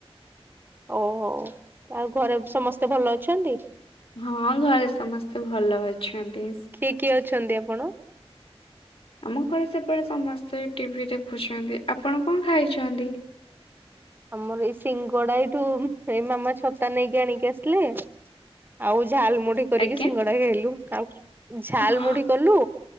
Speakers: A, on the right (about 20°); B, on the left (about 65°).
A: ହଉ ହଉ ଆଉ ଘରେ ସମସ୍ତେ ଭଲ ଅଛନ୍ତି?
B: ହଁ ଘରେ ସମସ୍ତେ ଭଲ ଅଛନ୍ତି।
A: କିଏ କିଏ ଅଛନ୍ତି ଆପଣ?
B: ଆମ ଘରେ ସେପଟେ ସମସ୍ତେ ଟିଭି ଦେଖୁଛନ୍ତି। ଆପଣ କଣ ଖାଇଛନ୍ତି?
A: ଆମର ଏଇ ସିଙ୍ଗଡ଼ା ଏଇଠୁ ଏଇ ମାମା ଛତା ନେଇକି ଆଣିକି ଆସିଲେ। ଆଉ ଝାଲ୍ ମୁଢି କରିକି
B: ଆଜ୍ଞା।
A: ସିଙ୍ଗଡା ଖାଇଲୁ। ଆଉ ଝାଲ୍
B: ଓହ
A: ମୁଢି କଲୁ,